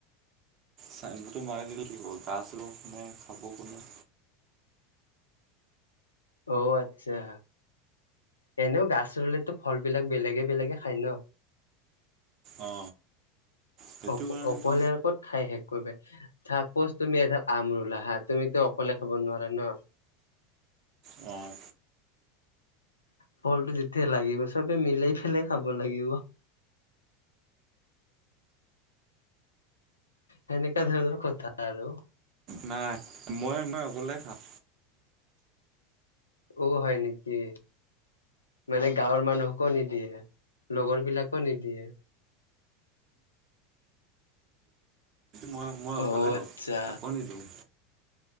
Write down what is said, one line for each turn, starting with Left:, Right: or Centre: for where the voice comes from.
Right: চাইনটো মাৰি দিলে কি হ'ব <unintelligible> খাব কোনে?
Left: অ' আটচ্ছা। এনেও গাছ ৰুলেতো ফলবিলাক বেলেগে বেলেগে খায় ন।
Right: অ, সেইটো
Left: অ'
Right: কাৰণেতো
Left: অকলে কত খাই শে চাপ'জ তুমি এডাল আম ৰুলা, হা! তুমিতো অকলে খাব নোৱাৰা ন।
Right: অ'।
Left: ফলটো যেতিয়া লাগিব, চবে মিলাই পেলাই খাব লাগিব। সেনেকা ধৰণৰ কথা আৰু।
Right: নাই মই মই অকলে খাম।
Left: উ হয় নেকি? মানে গাঁৱৰ মানুহকো নিদিয়ে, লগৰ বিলাকো নিদিয়ে।
Right: ম-মই অকলে
Left: অ
Right: খাও,
Left: আচ্ছা।
Right: কাকো নিদিওঁ।